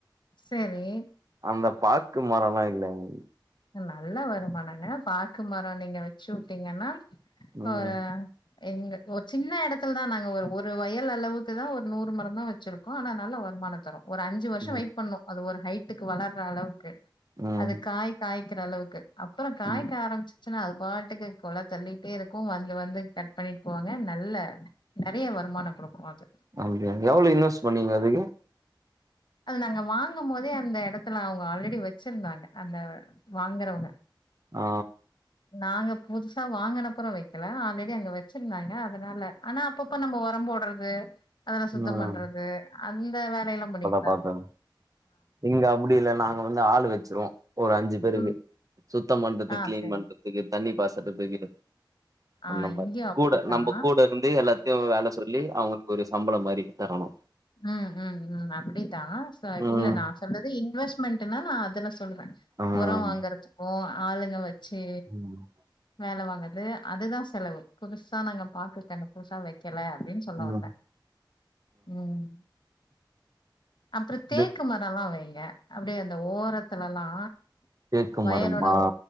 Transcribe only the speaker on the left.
செரி
நல்லா வருமானங்க பாக்கு மரோ நீங்க வச்சு உட்டிங்கன்னா
ஒரு எங்க ஒரு சின்ன எடத்துல தா நாங்க ஒரு ஒரு வயல் அளவுக்கு தா ஒரு நூறு மரந்தா வச்சிருக் கோ ஆனா நல்ல வருமானந்தரு ஒரு அஞ்சு வர்ஷோ
வெயிட் பண்ணு அது ஒரு ஹைட்டுக்கு வளர்ற அளவுக்கு
அது காய் காய்க்கற அளவுக்கு அப்றோ காய்க்க
ஆரம்பிச் ச்சனா அது பாட்டுக்கு கொல தள்ளிட்டே இருக்கு வந்து வந்து கட் பண்ணிட் போவாங்க நல்ல நறைய வருமானோ குடுக்கு அது
அது நாங்க வாங்கம்போதே அந்த எடத்துல அவங்க ஆல்ரெடி வச்சிருந்தாங்க அந்த வாங்கறவங்க
நாங்க புதுசா வாங்கனப்றோ வைக்கல ஆல்ரெடி அங்க வச்சிருந்தாங்க அதனால ஆனா அப்பப்ப நம்ம உரம் போட்றது அதுல சுத்தம்
பண்றது அந்த வேலைலா பண்ணிட்ருக்கோ
ம்
ஆ
சரி
ஆ
இங்கயு அப்படித்தா
ம் ம் ம் அப்டித்தா ச
இல்ல நா சொல்றது இன்வெஸ்ட்மெண்ட்டுனா நா அதுல சொல்லுவே
உரோ வாங்கறத்துக்கு ஆளுங்க வச்சு
வேல வாங்கது அதுதா செலவு புதுசா நாங்க பாக்கு கண்ணு புதுசா வைக்கல அப்டின்னு சொல்ல
வந்தே ம் அப்றோ தேக்கு
மரல்லா வைங்க அப்டியே அந்த ஓரத்துலலா
வயலோட
ஓ